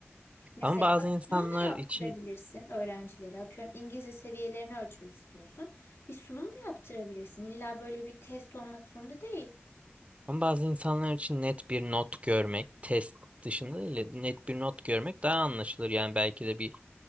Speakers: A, on the left; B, on the right.
A: Mesela
B: Ama bazı insanlar
A: sunum da yaptırabilirsin
B: için
A: öğrencilere. Atıyorum İngilizce seviyelerini ölçmek istiyorsun. Bir sunum da yaptırabilirsin. İlla böyle bir test olmak zorunda değil.
B: Ama bazı insanlar için net bir not görmek, test dışında değil, de net bir not görmek daha anlaşılır. Yani belki de bir